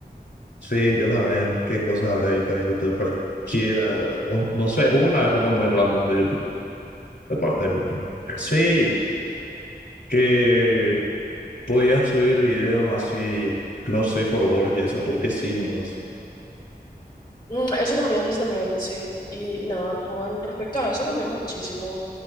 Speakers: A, on the left (about 70°); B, on the left (about 25°).
A: Sí, yo también, qué cosas habré visto en YouTube, cualquiera, o no sé, hubo una época muy random de YouTube, de parte de YouTube. Sí, que podías subir videos así, no sé, for work y eso, porque sí, nomás.
B: Mm, Eso también, eso también, sí. Y, y nada, tipo, en respecto a eso cambió muchísimo.